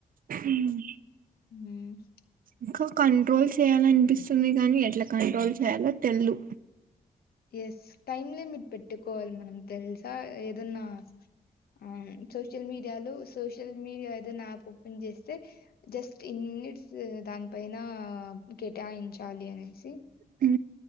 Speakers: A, on the right; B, on the left.
A: హ్మ్.
B: హ్మ్.
A: ఇంకా కంట్రోల్ చేయాలనిపిస్తుంది గానీ ఎట్లా కంట్రోల్ చేయాలో తెల్లు.
B: ఎస్ టైమ్ లిమిట్ పెట్టుకోవాలి మనం తెలుసా ఏదన్నా. అవును సోషల్ మీడియాలు సోషల్ మీడియా ఏదో నాయాప్ ఓపెన్ చేస్తే. తే జస్ట్ ఇన్నిట్స్. దానిపైన కేటాయించాలి అనేసి.
A: హు